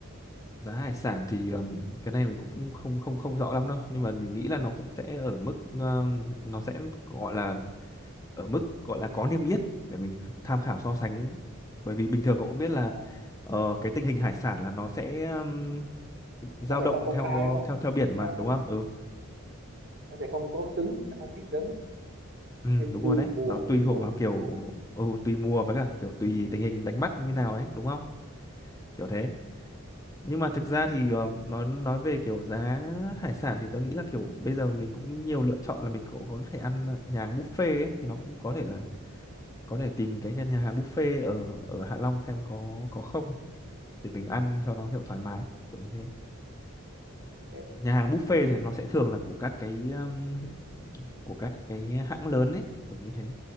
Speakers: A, on the left; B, on the right.
A: giá hải sản thì ừm, cái này mình cũng không không không rõ lắm đâu nhưng mà mình nghĩ là nó cũng sẽ ở mức ừm, nó sẽ gọi là ở mức gọi là có niêm yết để mình tham khảo so sánh bởi vì bình thường cậu cũng biết là
B: ờ,
A: ờ, cái tình hình hải sản là nó sẽ um, dao
B: nó sẽ
A: động
B: không công
A: theo
B: khai đúng không
A: theo theo biển mà
B: nó nó
A: đúng
B: hay-
A: không ừ.
B: nó sẽ không có cứng nó không biết cứng
A: ừ
B: hay
A: đúng
B: xui
A: rồi đấy
B: vào mùa
A: nó tùy
B: tùy mùa
A: thuộc vào kiểu
B: tùy mùa
A: ừ, tùy mùa với cả kiểu tùy tình hình đánh bắt như nào ấy đúng không kiểu thế nhưng mà thực ra thì ờ, nói nói về kiểu giá hải sản thì tớ nghĩ là kiểu bây giờ mình cũng nhiều lựa chọn là mình cũng có thể ăn nhà hàng buffet ấy, thì nó cũng có thể là có thể tìm cái nhà hàng buffet ở ở Hạ Long xem có có không để mình ăn cho nó kiểu thoải mái kiểu như thế
B: ừ.
A: nhà hàng buffet thì nó sẽ thường là của các cái um, của các cái hãng lớn ấy kiểu như thế